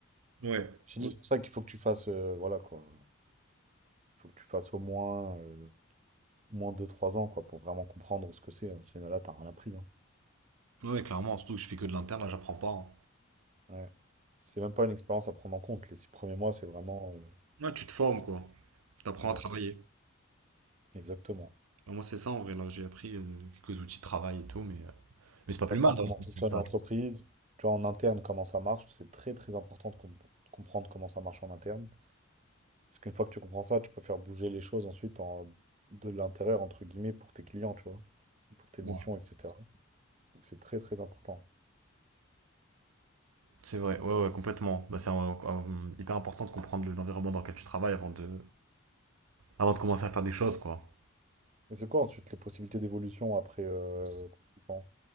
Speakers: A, on the right (about 85°); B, on the right (about 30°).
A: Ouais.
B: J'ai
A: Ouais.
B: dit, c'est pour ça qu'il faut que tu fasses, euh, voilà quoi, faut que tu fasses au moins, euh, moins deux trois ans quoi, pour vraiment comprendre ce que c'est. hein. Sinon, là, t'as rien appris. hein.
A: Ouais, clairement, surtout que je fais que de l'interne, là, j'apprends pas. hein.
B: Ouais. C'est même pas une expérience à prendre en compte. Les six premiers mois, c'est vraiment. euh,
A: Ouais, tu te formes, quoi. T'apprends
B: Ouais,
A: à travailler.
B: exactement.
A: Ouais, Moi, c'est ça, en vrai, là, j'ai appris euh, quelques outils de travail et tout, mais, euh, mais c'est pas plus
B: T'apprends
A: mal
B: comment
A: d'avoir commencé
B: fonctionne
A: un stage.
B: l'entreprise, tu vois, en interne, comment ça marche. C'est très très important de com- comprendre comment ça marche en interne. Parce qu'une fois que tu comprends ça, tu peux faire bouger les choses ensuite en... de l'intérieur, entre guillemets, pour tes clients, tu vois, pour tes missions,
A: Ouais.
B: etc. Donc c'est très très important.
A: C'est vrai, ouais, ouais, complètement. Bah, c'est euh, euh, hyper important de comprendre l'environnement dans lequel tu travailles avant de, avant de commencer à faire des choses, quoi.
B: Mais c'est quoi ensuite les possibilités d'évolution après euh, consultant?